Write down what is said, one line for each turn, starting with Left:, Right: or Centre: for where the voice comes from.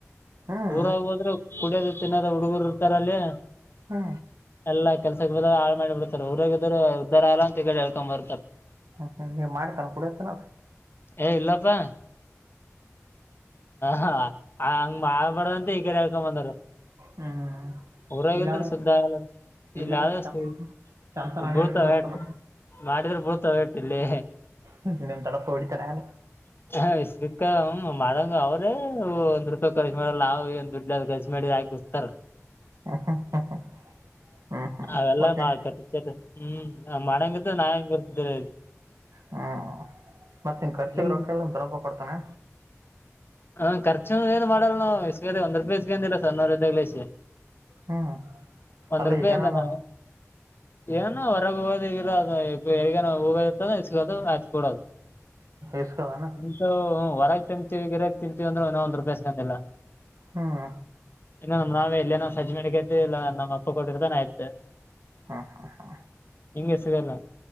Right: ಹ್ಮ್
Left: ಊರಾಗ ಹೋದ್ರೆ ಕುಡಿಯೋದ ತಿನ್ನೋದ ಹುಡುಗರು ಇರ್ತಾರಲ್ಲಿ
Right: ಹಾ
Left: ಎಲ್ಲ ಕೆಲ್ಸ ಬದಾಗ ಹಾಳ್ ಮಾಡಿ ಬಿಡ್ತಾರೆ ಊರಾಗ ಇದ್ ಉ್ದಾರ ಅಲ್ಲ ಅಂತ ಹೇಳೇಳಿೇಳ್ಕೊಂಡ್ ಬರ್ತಾರೆ
Right: ಹ್ಮ್ ಹ್ಮ್ ನೀ ಮಾಡ್ತಾನ ಕುಡತನ
Left: ಏ ಇಲ್ಲಪ್ಪಾ ಹ ಹಂಗ್ ಮಾಡಳ್ಬಾರ್ದಂತ ಈಗಡೆ ಹೇಳ್ಕೊ ಬಂದಾರ
Right: ಹ್ಮ್
Left: ಊರಗದ
Right: ಇಲ್ಲಾದ್ರೂ
Left: ಸಧ ಆಲ್ಲ
Right: ಇಲ್ಲಾದ್ರೂ
Left: ಇಲ್ಲಿ ಯಷ್ಟ
Right: ಚಂದ ಚಂತನ ಅಂಗಡಿ
Left: ಭೌತ್ಯಾಟ
Right: ಕುಂದಿರ್ತಾನ
Left: ಮಾಡಿದ್ರೆ ಬಡ್ತಾವೇಟ್ ಇಲ್ಲಿ
Right: ಹ್ಮ ನಿ ತಡಪ್ಪ ಓಡ ತಾನಾನ
Left: ಹಕ್ಕ ಮಾಡಂಗ ಅವ್ರೇ ರೂಪಾಯ ಕರ್ಚಿ ಮಾಡಲ್ಲಾವು ಏ ದುಡ್ಡ ಕರ್ಚಿ ಮಾಡಿ ಆಾಿ ಗುತಾರ
Right: ಹ್ಮ್ ಹ್ಮ್ ಹ್ಮ್ ಹ್ಮ್
Left: ಅವೆಲ್ಲ
Right: ಮತ್ತೆ
Left: ಮಾ ಕಟ್ಟಚ ಹ್ಮ್ ನ ಮನೆಂಗತ್ತ ನಾ ಹೆಂಗಗೆ ಬರ್ದು
Right: ಹ್ಮ್ ಮತ್ತೆ ನಿನ್ ಖರ್ಚಿಗೆರೋಕಲ್ಲ
Left: ನಿಮ್
Right: ತೊಪ ಕೊಡ್ತಾನೆ
Left: ಹಾ್ಖರ್ು ಏನು ಮಾಡಲ್ಲ ನವು ಇಸ್ಗ ಒಂದ್ ರೂಪಾಯಿಸ್ಗೆಂದಿಲ್ಲ ಸ ನೂರ್ದಾಗ್ಲಸ
Right: ಹ್ಮ್
Left: ಒಂದ
Right: ಅಲ್ಲ
Left: ರೂಪಾಯ
Right: ಏನಾನ
Left: ಎಲ್ಲ ನ ಏನಾನ ಹೊರಗ ಹೋಗೋದ ಈಗಿಲ್ಲ ಅ ಎಗ ಹೋಗೋದತ್ತ ಇಗೋದು ಆಯ್ತ ಕೂಡೋದು
Right: ಇಸ್ಕದಾನ
Left: ನಿಂತ ಹೊರಗೆ ತಿಂತೀವಿ ಗಿರಕ್ ತಿಂತೀವಿ ಅಂದ್ರೆ ಒಂದ್ ರೂಪಾಯಿ ಸಿಕೊಂಡಿಲ್ಲ
Right: ಹ್ಮ್
Left: ಇನ್ನು ನಮ್ ನಾವೇ ಎಲ್ಲೇ ನಾ ಸಜ್ಜ್ ಅಡಗೈಐತೆ ಇಲ್ಲ ನಮ್ಮಪ್ಪ ಕೊಟ್ಟಿರ್ತಾನೆ ಆಯತತೆ
Right: ಹಾ ಹಾ ಹಾ
Left: ಹೆಂಗೆ ಸಿಗಲ್ಲ